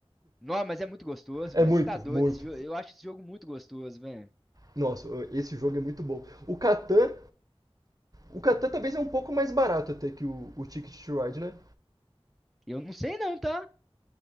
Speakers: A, in the centre; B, on the right.
A: Não, mas é muito gostoso,
B: É
A: velho.
B: muito,
A: Você tá doido?
B: muito.
A: Esse jogo, eu acho esse jogo muito gostoso, velho.
B: Nossa, esse jogo é muito bom. O Catan, o Catan talvez é um pouco mais barato até que o, o Ticket to Ride, né?
A: Eu não sei não, tá?